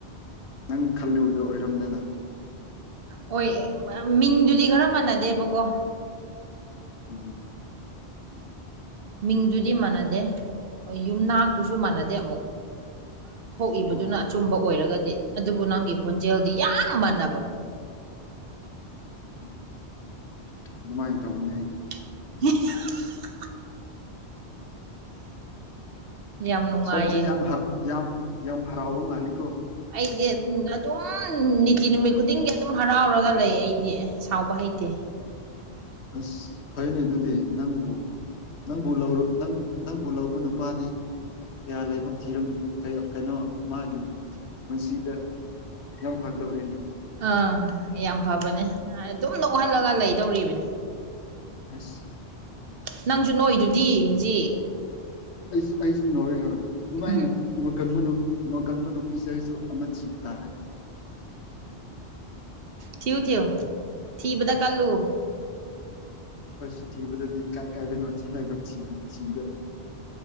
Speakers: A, on the left (about 75°); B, on the right (about 60°).
A: ꯅꯪ ꯈꯜꯂꯨꯕꯗꯣ ꯑꯣꯏꯔꯝꯗꯅ
B: ꯍꯣꯏ ꯃꯤꯡꯗꯨꯗꯤ ꯈꯔ ꯃꯥꯟꯅꯗꯦꯕꯀꯣ
A: ꯎꯝ
B: ꯃꯤꯡꯗꯨꯗꯤ ꯃꯥꯟꯅꯗꯦ ꯌꯨꯝꯅꯥꯛꯇꯨꯁꯨ ꯃꯥꯟꯅꯗꯦ ꯑꯃꯨꯛ ꯊꯣꯛꯏꯕꯗꯨꯅ
A: ꯑꯣ
B: ꯑꯆꯨꯝꯕ ꯑꯣꯏꯔꯒꯗꯤ ꯑꯗꯨꯕꯨ ꯅꯪꯒꯤ ꯈꯣꯟꯖꯦꯜꯗꯤ ꯌꯥꯝ ꯃꯥꯟꯅꯕ
A: ꯎꯝ ꯑꯗꯨꯃꯥꯏꯅ ꯇꯧꯕꯅꯤ ꯑꯩꯗꯤ
B: <unintelligible> ꯌꯥꯝ ꯅꯨꯡꯉꯥꯏꯌꯦ
A: ꯁꯣꯝꯁꯦ ꯌꯥꯝ ꯌꯥꯝ ꯌꯥꯝ ꯍꯔꯥꯎꯕ ꯃꯥꯜꯂꯤꯀꯣ
B: ꯑꯩꯗꯤ ꯑꯗꯨꯝ ꯅꯤꯇꯤ ꯅꯨꯃꯤꯠ ꯈꯨꯗꯤꯡꯒꯤ ꯑꯗꯨꯝ ꯍꯔꯥꯎꯔꯒ ꯂꯩ ꯑꯩꯗꯤ ꯁꯥꯎꯕ ꯍꯩꯇꯦ
A: ꯑꯁ ꯐꯔꯦꯅꯦ ꯑꯗꯨꯗꯤ ꯅꯪꯕꯨ ꯅꯪꯕꯨ ꯂꯧꯔꯨ ꯅꯪ ꯅꯪꯕꯨ ꯂꯧꯕ ꯅꯨꯄꯥꯗꯤ ꯀꯌꯥ ꯂꯥꯏꯕꯛ ꯊꯤꯔꯝ ꯀꯩꯅꯣ ꯃꯥꯒꯤ ꯄꯨꯟꯁꯤꯗ ꯌꯥꯝ ꯐꯗꯣꯔꯤꯅꯦ
B: ꯑꯥ ꯌꯥꯝ ꯐꯕꯅꯦ ꯑꯗꯨꯝ ꯅꯣꯛꯍꯜꯂꯒ ꯂꯩꯗꯣꯔꯤꯕꯅꯤ
A: ꯑꯁ
B: ꯅꯪꯁꯨ ꯅꯣꯛꯏꯗꯨꯗꯤ ꯍꯧꯖꯤꯛ
A: ꯑꯩꯁꯨ ꯑꯩꯁꯨ ꯅꯣꯛꯎꯔꯦ ꯈꯔ ꯑꯗꯨꯃꯥꯏꯅ
B: ꯎꯝ
A: ꯅꯣꯛꯀꯟꯕ ꯅꯨꯄꯤ ꯅꯣꯛꯀꯟꯕ ꯅꯨꯄꯤꯁꯦ ꯑꯩꯁꯨ ꯑꯃ ꯊꯤꯕ ꯇꯥꯔꯦ
B: ꯊꯤꯌꯨ ꯊꯤꯌꯨ ꯊꯤꯕꯗ ꯀꯜꯂꯨ
A: ꯑꯁ ꯊꯤꯕꯗꯗꯤ ꯀꯥꯏ ꯀꯥꯏꯗꯅꯣ ꯆꯠꯂꯒ ꯊꯤꯒꯗꯕꯅꯤ